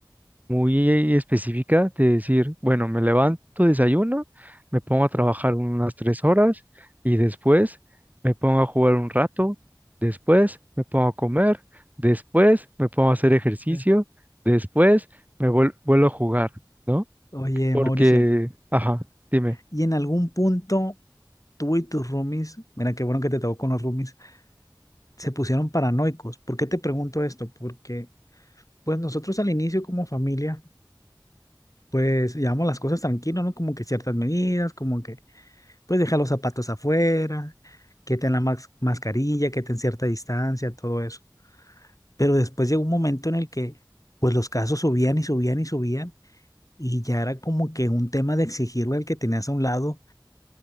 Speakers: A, on the right; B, on the left.
A: muy específica de decir, bueno, me levanto, desayuno, me pongo a trabajar unas tres horas y después me pongo a jugar un rato, después me pongo a comer, después me pongo a hacer ejercicio,
B: Ujú.
A: después me vuel- vuelvo a jugar, ¿no?
B: Oye,
A: Porque,
B: Mauricio,
A: ajá, dime,
B: y en algún punto tú y tus roomies, mira qué bueno que te tocó con los roomies, se pusieron paranoicos. ¿Por qué te pregunto esto? Porque pues nosotros al inicio como familia, pues llevamos las cosas tranquilos, ¿no? Como que ciertas medidas, como que pues deja los zapatos afuera, que ten la mas- mascarilla, que ten cierta distancia, todo eso. Pero después llegó un momento en el que pues los casos subían y subían y subían y ya era como que un tema de exigirle al que tenías a un lado